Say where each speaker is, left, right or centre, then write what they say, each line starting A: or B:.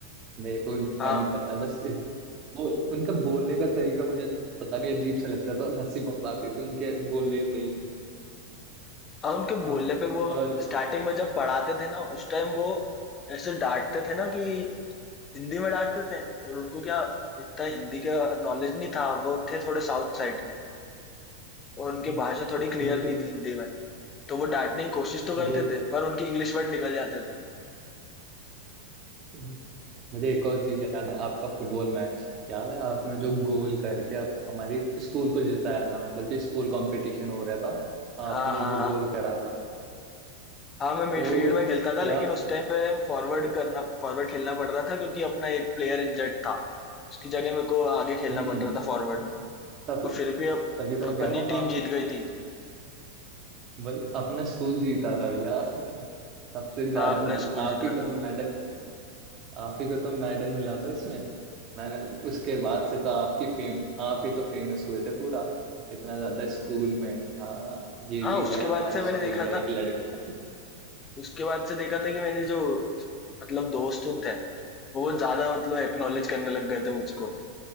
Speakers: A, on the right (about 30°); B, on the left (about 25°).
A: मेरे को उनका
B: हाँ
A: नहीं पता बस इस- वो उनका बोलने का तरीका मुझे पता नहीं अजीब सा लगता था और हंसी बहुत आती थी उनके बोलने पे ही
B: हाँ उनके
A: और
B: बोलने पे वो
A: और
B: स्टार्टिंग में जब पढ़ाते थे ना उस टाइम वो ऐसे डांटते थे ना कि हिंदी में डांटते थे और उनको क्या इतना हिंदी का नॉलेज नहीं था वो थे थोड़े साउथ साइड के और उनकी
A: हम्म,
B: भाषा थोड़ी क्लियर
A: मुझे
B: नहीं थी हिंदी में तो वो डाँटने की कोशिश तो करते
A: मुझे एक
B: थे, पर उनके इंग्लिश वर्ड निकल जाते थे।
A: हम्म, मुझे एक और चीज याद है आपका फुटबॉल मैच याद है आपने जो गोल करके आप, हमारी स्कूल को जिताया था मतलब कि स्कूल कंपटीशन हो रहा था
B: हाँ,
A: आपने
B: हाँ,
A: जो
B: हाँ।
A: गोल करा था
B: हाँ, मैं मिडफ़ील्ड
A: तो
B: में खेलता था
A: क्या
B: लेकिन उस टाइम पे फ़ॉरवर्ड करना फ़ॉरवर्ड खेलना पड़ रहा था क्योंकि अपना एक प्लेयर इंजर्ड था। उसकी जगह मेरे को आगे खेलना
A: हम्म
B: पड़ रहा था फ़ॉरवर्ड में
A: तभी
B: और फिर भी अप
A: तभी तो मैं
B: अपनी
A: कह रहा हूँ आ-
B: टीम जीत गई थी।
A: भाई अपना स्कूल जीता था भैया <laughs> सबसे ज्यादा
B: हाँ, अपना
A: मतलब
B: स्कूल
A: आप
B: जीता
A: ही को
B: था।
A: तो मेडल आप ही को तो मेडल मिला था इसमें मैंने उसके बाद से तो आपकी फेम आप ही तो फेमस हुए थे पूरा इतना ज्यादा स्कूल में हाँ ये
B: हाँ,
A: भी
B: उसके
A: है हमारे
B: बाद से
A: स्कूल
B: मैंने देखा
A: का
B: था
A: एक लड़का
B: उसके बाद से देखा था कि मेरे जो मतलब दोस्त उन थे, वो ज़्यादा मतलब एक्नॉलेज करने लग गए थे मुझको।